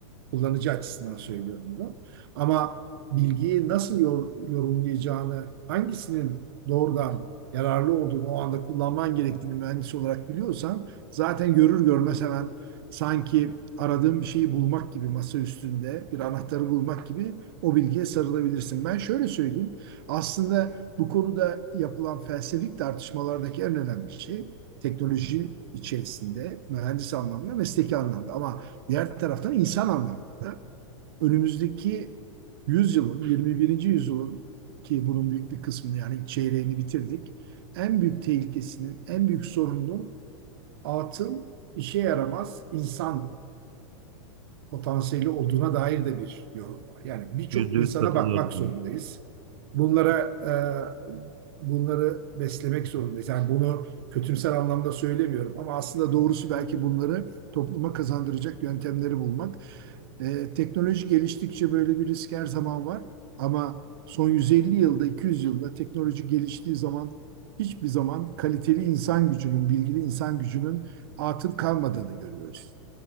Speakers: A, on the right; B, on the right.
A: kullanıcı açısından söylüyorum bunu. Ama bilgiyi nasıl yor- yorumlayacağını, hangisinin doğrudan yararlı olduğunu, o anda kullanman gerektiğini mühendis olarak biliyorsan zaten görür görmez hemen sanki aradığın bir şeyi bulmak gibi masa üstünde bir anahtarı bulmak gibi o bilgiye sarılabilirsin. Ben şöyle söyleyeyim. Aslında bu konuda yapılan felsefik tartışmalardaki en önemli şey teknoloji içerisinde mühendis anlamda, mesleki anlamda ama Diğer taraftan insan anlamında da önümüzdeki yüzyılın, 21. yüzyılın ki bunun büyük bir kısmını yani çeyreğini bitirdik. En büyük tehlikesinin, en büyük sorununun atıl, işe yaramaz insan potansiyeli olduğuna dair de bir yorum var. Yani birçok
B: yüzde
A: insana
B: yüz katılıyorum.
A: bakmak zorundayız. Bunlara e, bunları beslemek zorundayız. Yani bunu kötümser anlamda söylemiyorum ama aslında doğrusu belki bunları topluma kazandıracak yöntemleri bulmak. E, teknoloji geliştikçe böyle bir risk her zaman var ama son 150 yılda, 200 yılda teknoloji geliştiği zaman hiçbir zaman kaliteli insan gücünün, bilgili insan gücünün atıl kalmadığını görüyoruz.